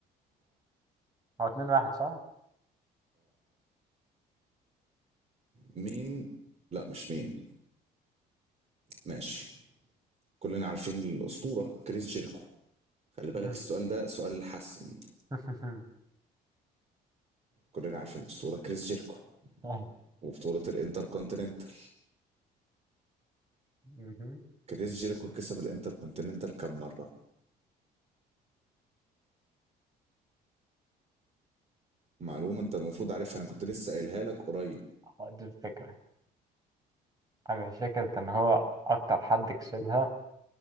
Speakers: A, on the right; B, on the right.
A: هو اتنين واحد صح؟
B: مين لا مش مين ماشي كلنا عارفين الأسطورة كريس جيركو خلي بالك
A: مهم.
B: السؤال ده سؤال الحسم
A: <laughs>
B: كلنا عارفين الأسطورة كريس جيركو
A: أيوة.
B: وبطولة الانتر كونتيننتال
A: مهم.
B: كريس جيركو كسب الانتر كونتيننتال كام مرة معلومة انت المفروض عارفها انا كنت لسه قايلها لك قريب
A: هو دي الفكرة أنا مش فاكر كان هو أكتر حد كسبها